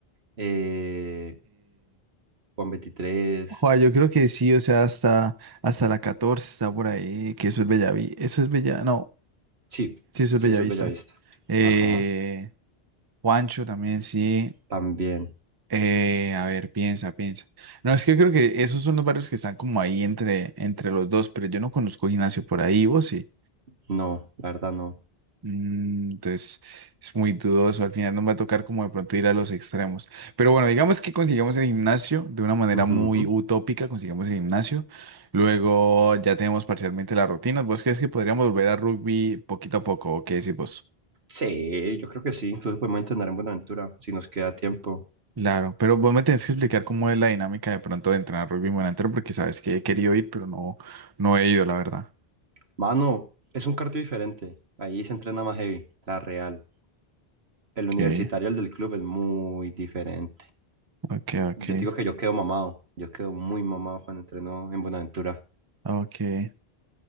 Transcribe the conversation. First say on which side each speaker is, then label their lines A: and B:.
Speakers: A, on the right; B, on the right.
A: eh, Juan veintitrés
B: Joa, yo creo que sí, o sea, hasta, hasta la 14 está por ahí, que eso es Bellaví, eso es Bella, no,
A: Sí,
B: sí, eso es
A: sí,
B: Bellavista.
A: eso es Bellavista.
B: Eh,
A: Ajá,
B: Juancho también, sí.
A: también.
B: Eh, a ver, piensa, piensa. No, es que creo que esos son los barrios que están como ahí entre, entre los dos, pero yo no conozco gimnasio por ahí, vos sí.
A: No, la verdad no.
B: Mm, Entonces es muy dudoso, al final nos va a tocar como de pronto ir a los extremos. Pero bueno, digamos que consigamos el gimnasio de una manera
A: Ujú.
B: muy utópica, consigamos el gimnasio, luego ya tenemos parcialmente las rutinas. ¿Vos crees que podríamos volver a rugby poquito a poco o qué decís vos?
A: Sí, yo creo que sí. Incluso podemos entrenar en Buenaventura si nos queda tiempo.
B: Claro, pero vos me tenés que explicar cómo es la dinámica de pronto de entrenar rugby monitor porque sabes que he querido ir, pero no, no he ido, la verdad.
A: Mano, es un cardio diferente. Ahí se entrena más heavy, la real. El universitario,
B: Okay,
A: el del club, es muy diferente.
B: okay, okay,
A: Yo te digo que yo quedo mamado. Yo quedo muy mamado cuando entreno en Buenaventura.
B: ok.